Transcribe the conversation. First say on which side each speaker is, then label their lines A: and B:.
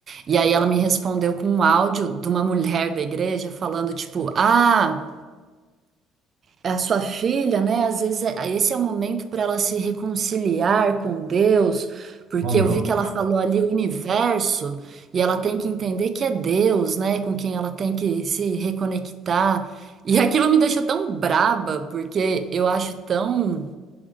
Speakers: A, on the right; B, on the right.
A: E aí ela me respondeu com um áudio de uma <laughs> mulher da igreja falando, tipo, ah, a sua filha, né, às vezes é- esse é o momento pra ela se reconciliar com Deus, porque
B: Oh, meu
A: eu vi que
B: pai,
A: ela falou ali o universo e ela tem que entender que é Deus, né, com quem ela tem que se reconectar. E aquilo me deixou tão braba, porque eu acho tão